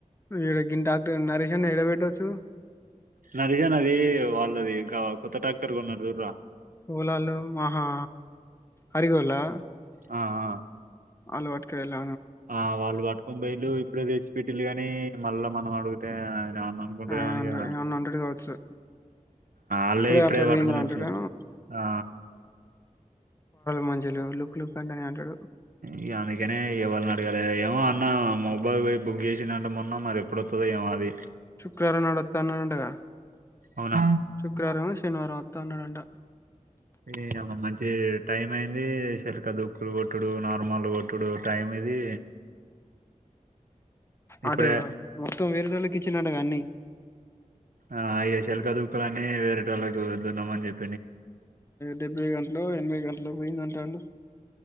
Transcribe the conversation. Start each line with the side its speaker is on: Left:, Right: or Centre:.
Left: ఇడ గి టాక్టర్ నరేష్ ఎడ పెట్టొచావు
Right: నరేషన్నది వాళ్ళది గా కొత్త టాక్టర్గా కొన్నారు చూడురా
Left: ఓలాల్లో హాహా అరి గోళ్ల
Right: అ ఆ
Left: అలవాటుకాల
Right: ఆ వాళ్ళు పట్టుకొని పోయిల్లు ఇప్పుడే తెచ్చిపెట్లు గాని మళ్ళా మనం అడుగితే న్న అనుకుంటున్నా
Left: ఏమన్నా
Right: అనిగా
Left: ఏమన్నా అంటడు కావచ్చు
Right: అళ్ళే ఇప్పుడే
Left: అట్లా పోయిందిరా
Right: కట్టుకొని
Left: అంటాడు
Right: వచ్చిరు ఆ
Left: మజలు లుక్ లుక్ అంటనే ఉంటారు.
Right: ఇక అందుకనే ఎవళని అడగాలే ఏమో అన్న మొబైల్ బుక్ చేసినంట మొన్న మరి ఎప్పుడొస్తదో ఏమో అది.
Left: శుక్రవారం నాడు వస్తా అన్న అంట గా
Right: అవునా
Left: శుక్రవారమ శనివారం అత్తా ఉన్నాడాంట
Right: ఇ యమ్మ మంచి టైం అయింది శరికా దుక్కులు కొట్టుడు నార్మల్ కొట్టుడు టైం. ఇది ఇప్పుడే
Left: అటు మొత్తం వేరేటోళ్ళకి ఇచ్చిండంటగా అన్ని
Right: ఆ అ చెలక దూక్క అని వేరేట వేరేటాళ్లకు దున్న మని చెప్పి
Left: డెబ్బై గంటలు ఎనభై గంటలు పోయిందంటాండు